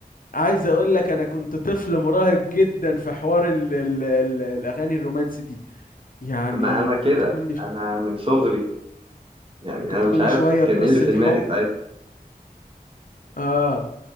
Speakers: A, on the left; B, on the right.
A: عايز أقول لك أنا كنت طفل مراهق جدا في حوار ال ال ال الأغاني الرومانسي دي يعني
B: ما انا كده
A: كنت كل ش...
B: انا من صغري يعني انا
A: كنت كل
B: مش عارف
A: شوية
B: كان
A: بقصة
B: ايه اللي في دماغي
A: حب
B: ساعتها
A: آه.